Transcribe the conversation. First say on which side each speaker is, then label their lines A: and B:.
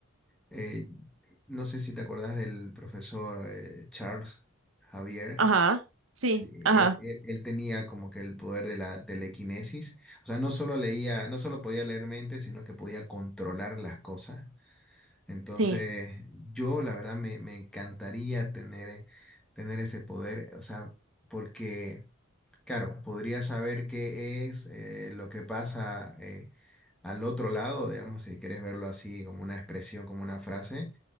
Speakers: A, in the centre; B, on the right.
A: eh, no sé si te acordás del profesor eh, Charles Javier.
B: ajá, sí,
A: Sí, Él,
B: ajá,
A: él- él tenía como que el poder de la telequinesis. O sea, no solo leía, no solo podía leer mente, sino que podía controlar las cosas. Entonces,
B: sí,
A: yo la verdad me, me encantaría tener, eh, tener ese poder, o sea, porque, claro, podría saber qué es eh, lo que pasa eh, al otro lado, digamos, si quieres verlo así como una expresión, como una frase.